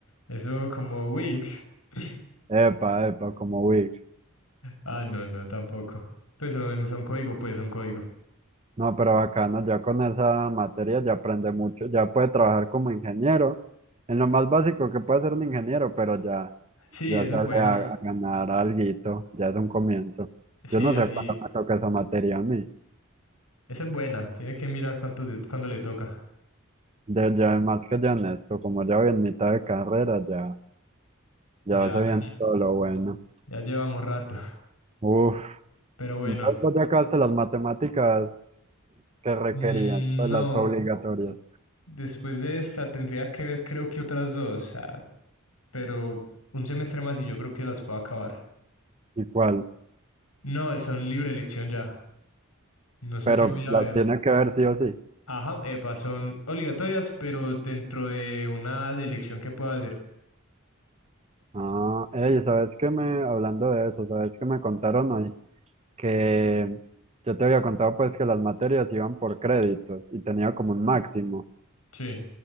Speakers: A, on the left; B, on the right.
A: eso como Wix. <laughs>
B: <laughs> Epa, epa, como Wix.
A: Ah, no, no, tampoco. Pues son, son código, pues son código.
B: No, pero bacano, ya con esa materia ya aprende mucho, ya puede trabajar como ingeniero, en lo más básico que puede ser un ingeniero, pero ya,
A: Sí,
B: ya
A: eso
B: sale
A: es bueno.
B: a, a ganar alguito, ya es un comienzo.
A: Sí,
B: Yo no
A: así.
B: sé cuánto me toca esa materia a mí.
A: Esa es buena. Tiene que mirar cuánto, de- cuándo le toca.
B: De, ya más que ya en esto, como ya voy en mitad de carrera, ya, ya
A: Ya,
B: se
A: <laughs>
B: viene todo lo bueno.
A: ya llevamos rato.
B: Uf.
A: Pero bueno,
B: Entonces vos ya acabaste las matemáticas que requerían,
A: mm,
B: pues
A: no,
B: las obligatorias.
A: después de esta tendría que ver creo que otras dos, ah, pero un semestre más y yo creo que las puedo acabar.
B: ¿Y cuál?
A: No, son libre elección ya, no sé
B: Pero
A: qué voy a
B: las
A: ver.
B: tiene que ver sí o sí.
A: Ajá, epa, son obligatorias, pero dentro de una elección que pueda hacer.
B: Ah, ey, ¿sabes qué me, hablando de eso, ¿sabes qué me contaron hoy? Que yo te había contado pues que las materias iban por créditos y tenía como un máximo.
A: Sí,